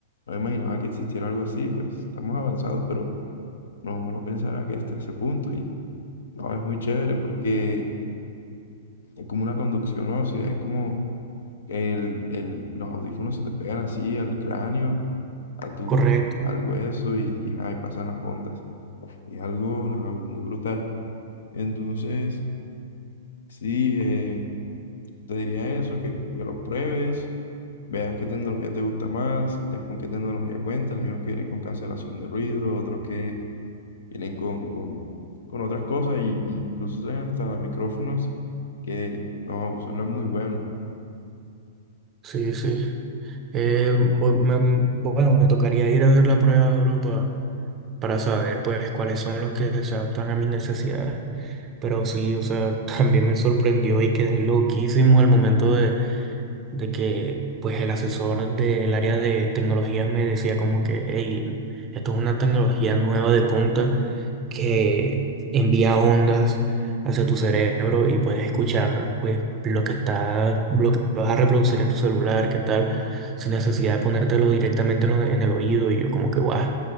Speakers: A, on the left; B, on the right.
A: no imaginaba que existiera algo así, pues estamos avanzados, pero no, no pensaba que hasta ese punto. Y no, es muy chévere porque es como una conducción ósea, es como el, el, los audífonos se te pegan así al cráneo, a tu,
B: correcto.
A: al hueso y, y ajá, y pasan las ondas. Y algo nada, muy brutal. Entonces, sí, eh, te diría eso, que, que los pruebes, veas qué tecnología te gusta más, que te- con qué tecnología cuentan. Hay unos que vienen con cancelación de ruido, otros que vienen con, con, con otras cosas, y, y incluso traen hasta micrófonos que no, suenan muy buenos.
B: Sí, sí. Eh, bu- me- bueno, me tocaría ir a ver la prueba, bro, pa- para saber, pues, cuáles son los que se adaptan a mis necesidades. Pero sí, o sea, <laughs> también me sorprendió y quedé loquísimo al momento de que pues el asesor del área de tecnologías me decía como que, hey, esto es una tecnología nueva de punta que envía ondas hacia tu cerebro y puedes escuchar pues lo que está, lo que vas a reproducir en tu celular, qué tal, sin necesidad de ponértelo directamente en lo- en el oído y yo como que, guau,